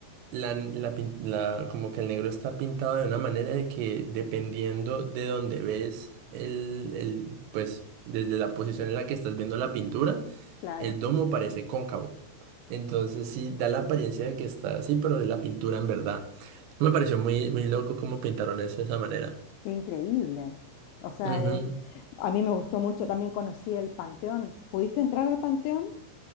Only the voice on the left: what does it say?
claro.
Qué increíble. O sea,
es- a mí me gustó mucho, también conocí el Panteón. ¿Pudiste entrar al Panteón?